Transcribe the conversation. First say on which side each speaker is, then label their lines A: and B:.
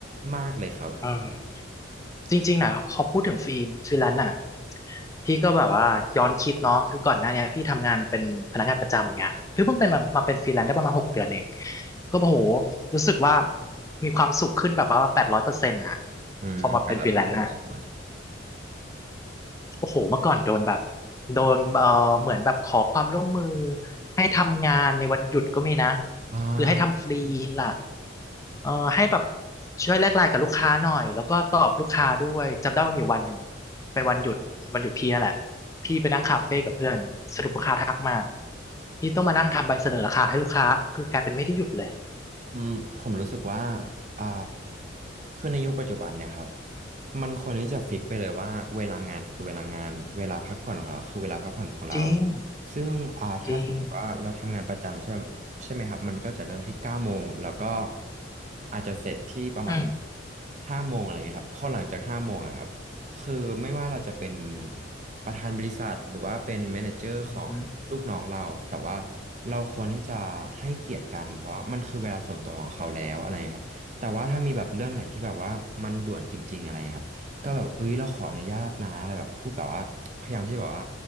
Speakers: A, on the right (about 40°); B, on the left (about 15°).
A: มากเลยครับผม
B: เออจริงๆนะพอพูดถึงฟรีฟรีแลนซ์อ่ะ
A: ใช่
B: พี่ก็แบบว่าย้อนคิดเนาะคือก่อนหน้าเนี้ยพี่ทำงานเป็นพนักงานประจำไงเพิ่งเพิ่งเป็นมามาเป็นฟรีแลนซ์ได้ประมาณหกเดือนเองก็โอ้โหรู้สึกว่ามีความสุขขึ้นแบบว่าแปดร้อยเปอร์เซ็นต์อ่ะ
A: อืมแต่เราก็เสร็จแล้วเหรอ
B: พอมาเป็นฟรีแลนซ์อ่ะ โอ้โหเมื่อก่อนโดนแบบโดนเอ่อเหมือนแบบขอความร่วมมือให้ทำงานในวันหยุดก็มีนะ
A: อ่า
B: คือให้ทำฟรีล่ะเอ่อให้แบบช่วยแลกไลน์กับลูกค้าหน่อยแล้วก็ตอบลูกค้าด้วยจำได้ว่ามีอยู่วันหนึ่งเป็นวันหยุดวันหยุดพี่นั่นแหละพี่ไปนั่งคาเฟ่กับเพื่อนสรุปลูกค้าทักมาพี่ต้องมานั่งทำใบเสนอราคาให้ลูกค้าคือกลายเป็นไม่ได้หยุดเลย
A: อืมผมรู้สึกว่าอ่าคือในยุคปัจจุบันเนี่ยครับมันควรที่จะฟิกไปเลยว่าเวลางานคือเวลางานเวลาพักผ่อนของเราคือเวลาพักผ่อนของเรา
B: จริง
A: ซึ่งอ่าถ้าสมมติว่าเราทำงานประจำใช่
B: จริง
A: ใช่ไหมครับมันก็จะเริ่มที่เก้าโมงแล้วก็อาจจะเสร็จที่ประมาณ
B: อืม
A: ห้าโมงอะไรเงี้ยครับพอหลังจากห้าโมงอะครับ คือไม่ว่าเราจะเป็นประธานบริษัทหรือว่าเป็นแมเนเจอร์ของลูกน้องเราแต่ว่า
B: อืม
A: เราควรที่จะให้เกียรติกันเพราะว่ามันคือเวลาส่วนตัวของเขาแล้วอะไรครับแต่ว่าถ้ามีแบบเรื่องไหนที่แบบว่ามันด่วนจริงๆอะไรครับก็แบบเอ้ยเราขออนุญาตนะอะไรแบบพูดแบบว่าพยายามที่จะแบบว่า